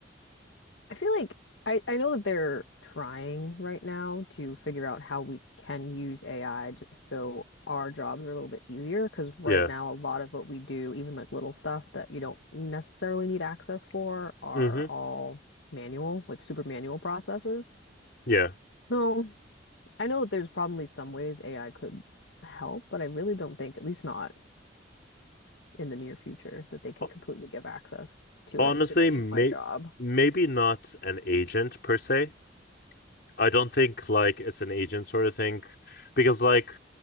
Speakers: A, on the left; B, on the left.
A: I feel like I, I know that they're trying right now to figure out how we can use AI just so our jobs are a little bit easier. Because right
B: Yeah.
A: now, a lot of what we do, even like little stuff that you don't necessarily need access for, are
B: hmm
A: all manual, like super manual processes.
B: Yeah.
A: No, I know that there's probably some ways AI could help, but I really don't think, at least not in the near future, that they could
B: O-
A: completely give access to
B: Honestly,
A: it to do
B: may
A: my job.
B: maybe not an agent per se. I don't think like it's an agent sort of thing because like